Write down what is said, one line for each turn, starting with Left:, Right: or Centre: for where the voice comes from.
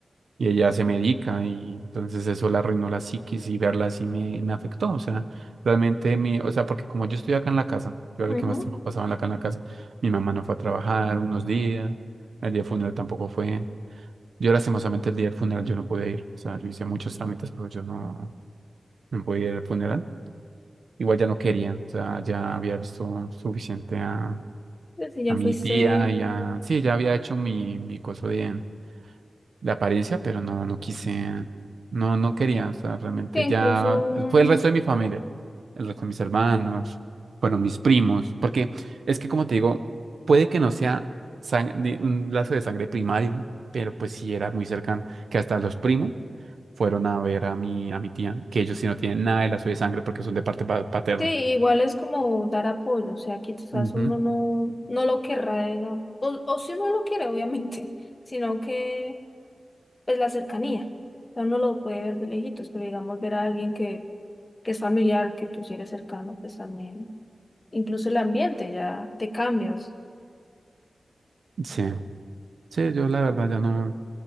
Right: y ella se medica y entonces eso la arruinó la psiquis y verla así me, me afectó, o sea, realmente mi, o sea, porque como yo estoy acá en la casa, yo era
Left: ujú".
Right: el que más tiempo pasaba en la- acá en la casa, mi mamá no fue a trabajar unos días, el día del funeral tampoco fue, yo lastimosamente el día del funeral yo no pude ir, o sea, yo hice muchos trámites, pero yo no, no pude ir al funeral, igual ya no quería, o sea, ya había visto suficiente a,
Left: Pues si ya
Right: a mi
Left: fuiste,
Right: tía, ya, sí, ya había hecho mi, mi coso de de apariencia, pero no, no quise, no, no quería, o sea, realmente
Left: que incluso
Right: ya
Left: un,
Right: fue el resto de mi familia, el resto de mis hermanos, fueron mis primos, porque es que como te digo, puede que no sea sang- de- un lazo de sangre primario, pero pues sí era muy cercano, que hasta los primos fueron a ver a mi, a mi tía, que ellos sí no tienen nada de lazo de sangre porque son de parte pa- paterna.
Left: sí, igual es como dar apoyo, o sea, quizás
Right: Ujú.
Left: uno no, no lo querrá, diga, o, o si uno lo quiere, obviamente, <laughs> sino que pues la cercanía. O sea, uno lo puede ver de lejitos, pero digamos ver a alguien que, que es familiar, que tú sí eres cercano, pues también, incluso el ambiente ya te cambias,
Right: Sí, sí, yo la verdad ya no.